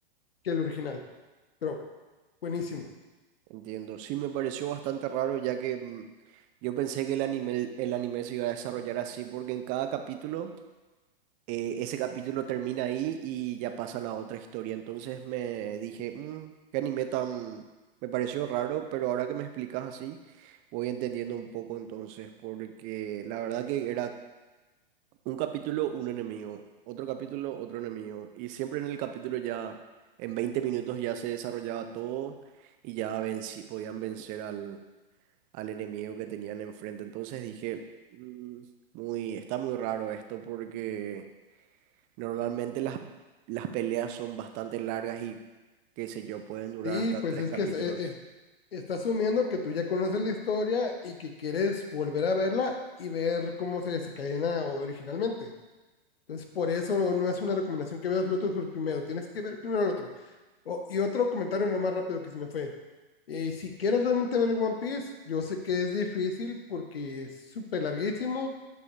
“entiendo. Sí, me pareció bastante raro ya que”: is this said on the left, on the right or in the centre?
Right